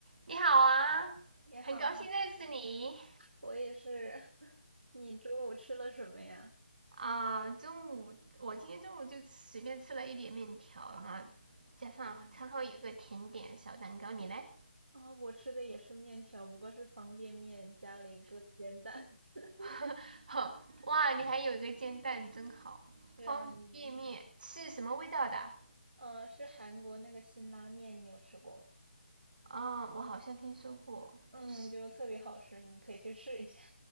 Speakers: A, on the right; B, on the right.
A: 你好啊，
B: 你好，
A: 很高兴认识你
B: 我也是。<laughs> 你中午吃了什么呀？
A: 啊、中午我今天中午就随便吃了一点面条，然后加上餐后有个甜点小蛋糕，
B: 嗯，
A: 你嘞？
B: 哦，我吃的也是面条，不过是方便面加了一个煎蛋。<laughs>
A: <laughs> 呵，哇，你还有一个煎蛋，真好。
B: 是啊，
A: 方便面是什么味道的？
B: 你，呃，是韩国那个辛拉面，你有吃过吗？
A: 啊、我好像听说过，
B: 嗯，
A: 就是
B: 就特别好吃，你可以去试一下。